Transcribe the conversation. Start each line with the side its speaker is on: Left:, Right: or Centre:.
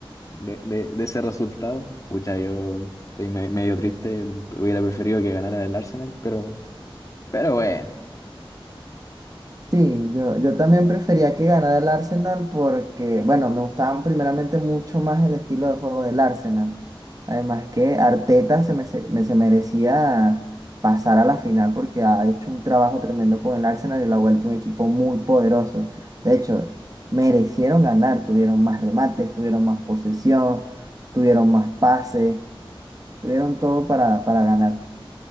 Left: de- de ese resultado. Pucha, yo estoy me- medio triste, hubiera preferido que ganara el Arsenal, pero, pero bueno.
Right: Sí, yo, yo también prefería que ganara el Arsenal porque, bueno, me gustaba primeramente mucho más el estilo de juego del Arsenal. Además que Arteta se, me, se me- se merecía pasar a la final porque ha hecho un trabajo tremendo con el Arsenal y lo ha vuelto un equipo muy poderoso. De hecho, merecieron ganar, tuvieron más remates, tuvieron más posesión, tuvieron más pases, tuvieron todo para, para ganar.